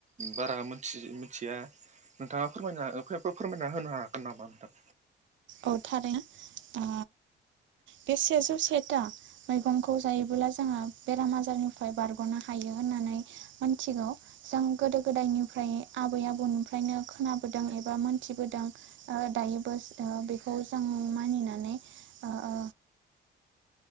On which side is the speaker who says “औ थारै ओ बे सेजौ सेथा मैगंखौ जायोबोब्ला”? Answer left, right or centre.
Right